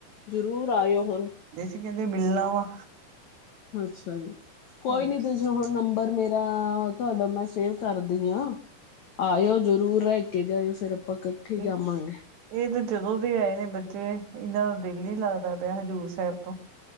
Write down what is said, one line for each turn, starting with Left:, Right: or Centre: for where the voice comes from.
Left: ਜ਼ਰੂਰ ਆਇਓ ਹੁਣ
Right: ਏ ਕਹਿੰਦੇ ਮਿਲਣਾ ਵਾ
Left: ਅੱਛਾ ਜੀ ਕੋਈ
Right: ਇਹ
Left: ਨੀ ਤੁਸ ਤੇ ਹੁਣ ਨੰਬਰ ਮੇਰਾ ਤੁਹਾਡਾ ਮੈਂ ਸੇਵ ਕਰਦੀ ਹਾਂ ਆਇਓ ਜਰੂਰ ਕੇ ਜਾਇਓ ਫੇਰ ਆਪਾਂ ਇਕੱਠੇ ਜਾਵਾਂਗੇ।
Right: ਇਹ ਇਹ ਤੇ ਜਦੋਂ ਦੇ ਆਏ ਨੇ ਬੱਚੇ ਇਹਨਾਂ ਦਾ ਦਿਲ ਨੀ ਲੱਗਦਾ ਪਿਆ ਹਜ਼ੂਰ ਸਾਹਿਬ ਤੋਂ